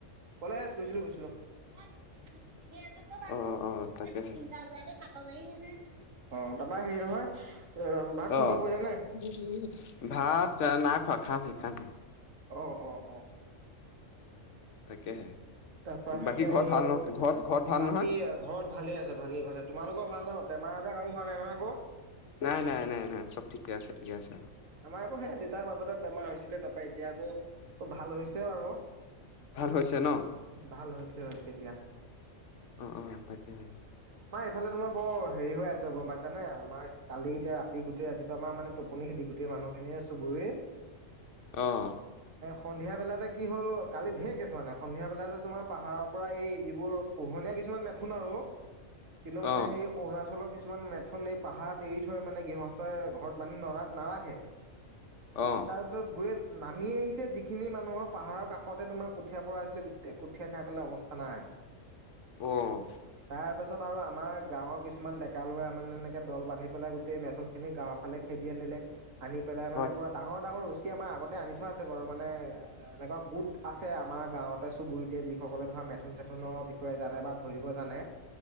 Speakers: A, on the right (about 80°); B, on the left (about 65°).
A: কলেজ গৈছিলো গৈছিলো <unintelligible> এতিয়া
B: অ অ তাকেহে
A: তিনটা বজাতে পাতৰ গাড়ী নাহে। অ, তাৰপৰা হেৰি নহয়? অ ভাত খোৱা
B: অ,
A: বোৱা কৰিলা নে?
B: <unintelligible> ভাত নাই খোৱা। খাম হে, খাম হে।
A: অ' অ' অ'
B: তাকেহে।
A: তাৰপৰা
B: বাকী
A: সেই-
B: ঘৰত ভাল ন ঘৰত ঘৰত ভাল
A: বাকী
B: নহয়
A: ঘৰত ভালেই আছে ভালেই ভালেই। তোমালোকৰ ভাল নহ বেমাৰ আজাৰ আৰু হোৱা নাই নহয় আকৌ?
B: নাই, নাই, নাই, নাই চব ঠিকে আছে, ঠিকে আছে।
A: আমাৰ আকৌ সেইয়া দেতাৰ মাজতে বেমাৰ হৈছিলে তাৰপৰা এতিয়া আকৌ ভাল হৈছে বাৰু।
B: ভাল হৈছে ন
A: ভাল হৈছে হৈছে দিয়া
B: অ' অ' তাকেহে
A: ইফালে তোমাৰ বৰ হেৰি হৈ আছে গম পাইছা নে? আমাৰ কালি এতিয়া ৰাতি, গোটেই ৰাতিটো আমাৰ মানে টোপনি খেতি- সেই মানুহখিনিয়ে চুবুৰীৰ
B: অহ।
A: সন্ধিয়াবেলাতে কি হ'ল। কালি ঢেৰ কেছ মানে, সন্ধিয়া বেলা তোমাৰ পাহাৰৰ পৰা এই যিবোৰ পোহনীয়া কিছুমান মেথুন আৰু, কিন্তু
B: অ
A: মানে সেই অৰুণাচলৰ কি- কিছুমান মেথন এই পাহাৰত এৰিথই মানে গৃহস্থই ঘৰত বান্ধি ন' নাৰাখে।
B: অ
A: তাৰপিছত গ নামি আহিছে যিখিনি মানুহৰ পাহাৰৰ কাষতে তোমাৰ কঠীয়া পৰা আছিলে গোটেই কঠীয়া খাই পেলাই অৱস্থা নাই <inaudible>
B: অ',
A: তাৰ পাছত আৰু আমাৰ গাঁৱৰ কিছুমান ডেকা লোৰা মানে এনেকে দল বান্ধি পেলাই গোটেই মেথন খিনি গাঁৱৰ ফালে খে- দি আনিলে, আনি পেলাই মানে
B: হয়
A: পুৰা ডাঙৰ ডাঙৰ ৰ- আমাৰ আগতে আনি থোৱা আছে বাৰু মানে এনেকুৱা গোট আছে আমাৰ গাওঁতে চুবুৰীতে যিসকলে ধৰা- মেথুন-চেথুনৰ বিষয়ে জানে বা ধৰিব জানে,